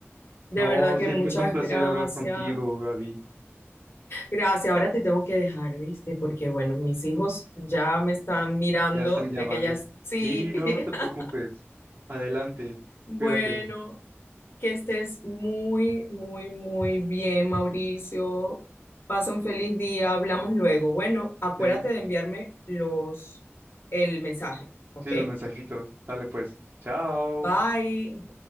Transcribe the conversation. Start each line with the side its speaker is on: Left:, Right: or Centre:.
Left: De
Right: No,
Left: verdad que
Right: siempre
Left: muchas
Right: es un placer
Left: gracias.
Right: hablar contigo, Gaby.
Left: Gracias. Ahora te tengo que dejar, ¿viste? Porque bueno, mis hijos ya me están mirando
Right: Ya están llamando.
Left: de que ya sí.
Right: Sí, no,
Left: <laughs>
Right: no te preocupes. Adelante,
Left: Bueno.
Right: cuídate.
Left: Que estés muy, muy, muy bien, Mauricio. Pasa un feliz día, hablamos luego. Bueno, acuérdate
Right: Sí.
Left: de enviarme los el mensaje, ¿ok?
Right: Sí, los mensajitos. Dale pues. Chao.
Left: Bye.